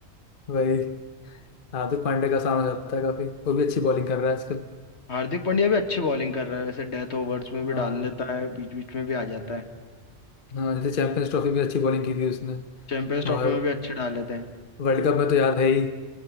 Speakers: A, on the left; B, on the left.
A: वही हार्दिक पांड्या का सामना जाता है काफी वो भी अच्छी बॉलिंग कर रहा है आजकल
B: हार्दिक पांड्या भी अच्छी बॉलिंग कर रहा है वैसे डेथ ओवर्स में भी
A: हाँ
B: डाल लेता है बीच बीच में भी आ जाता है
A: हाँ जैसे चैंपियंस ट्रॉफी भी अच्छी बॉलिंग की थी उसने
B: चैंपियंस ट्रॉफी
A: और
B: में भी अच्छे डाल लेते हैं
A: वर्ल्ड कप में तो याद है ही